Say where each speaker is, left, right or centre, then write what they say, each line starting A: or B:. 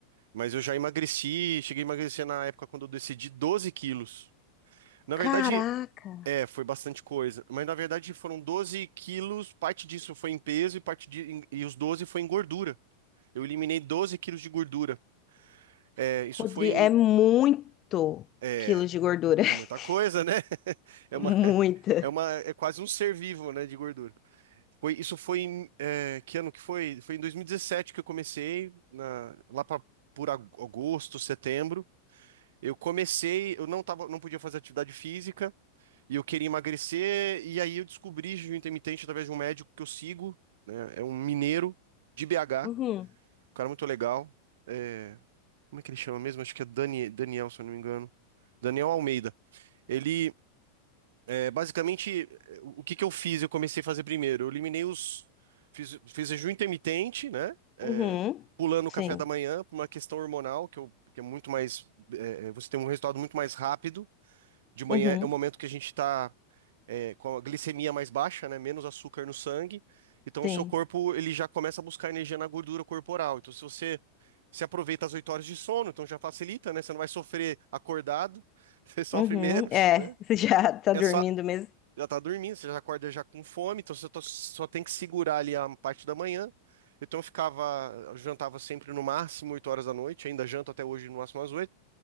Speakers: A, on the right; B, on the left.
A: Mas eu já emagreci, cheguei a emagrecer na época quando eu decidi 12 quilos. Na
B: Caraca,
A: verdade, é, foi bastante coisa. Mas na verdade foram 12 quilos, parte disso foi em peso e parte de, em- e os 12 foi em gordura. Eu eliminei 12 quilos de gordura. É, isso
B: Rodrigo,
A: foi em.
B: é muito
A: É,
B: quilos de gordura. <laughs>
A: é muita coisa, né? <laughs> É uma,
B: Muita.
A: é uma, é quase um ser vivo, né, de gordura. Foi, isso foi em. é, que ano que foi? Foi em 2017 que eu comecei, na- lá pra, por ag- agosto, setembro. Eu comecei, eu não tava, não podia fazer atividade física e eu queria emagrecer, e aí eu descobri jejum intermitente através de um médico que eu sigo, né? É um mineiro de BH,
B: Uhum,
A: um cara muito legal. É, como é que ele chama mesmo? Acho que é Dani, Daniel, se eu não me engano. Daniel Almeida. Ele, é, basicamente, é, o que que eu fiz? Eu comecei a fazer primeiro. Eu eliminei os. Fiz, fiz jejum intermitente, né? É,
B: uhum,
A: pulando
B: sim,
A: o café da manhã, por uma questão hormonal, que, eu, que é muito mais. é, é, você tem um resultado muito mais rápido de manhã
B: uhum,
A: é o momento que a gente está com a glicemia mais baixa, né? Menos açúcar no sangue. Então,
B: sim,
A: o seu corpo ele já começa a buscar energia na gordura corporal. Então, se você se aproveita as 8 horas de sono, então já facilita, né? Você não vai sofrer acordado, <laughs> você sofre
B: uhum.
A: menos,
B: É,
A: né?
B: <laughs> você já tá
A: É
B: dormindo
A: só
B: mesmo.
A: já tá dormindo, você já acorda já com fome, então você tó- só tem que segurar ali a parte da manhã. Então, eu ficava, eu jantava sempre no máximo 8 horas da noite, ainda janto até hoje no máximo às 8.